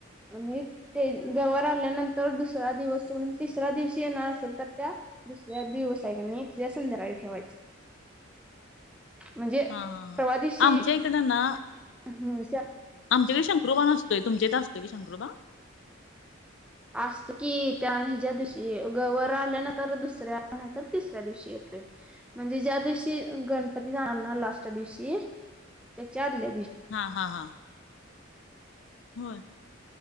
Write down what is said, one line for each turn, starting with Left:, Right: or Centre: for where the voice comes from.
Centre: आणि ते गवर आल्यानंतर दुसरा दिवस सोडून तिसरा दिवशी येणार असेल तर त्या दुसऱ्या दिवस आहे की नाही संध्याकाळी ठेवायच. म्हणजे
Left: हां, हां, हां.
Centre: परवा दीशी
Left: <unintelligible>
Centre: ह
Left: आमच्याकडे शंकरोबा नसतोय. तुमच्या इथे असतोय का शंकरोबा.
Centre: असत की, त्या हेच्या दिवशी गवर आल्या नंतर दुसऱ्या नाही तर तिसऱ्या दिवशी येतोय‌. म्हणजे ज्या दिवशी गणपती जाणार ना लास्ट दिवशी त्याच्या आदल्या दिवशी.
Left: हा हा हा होय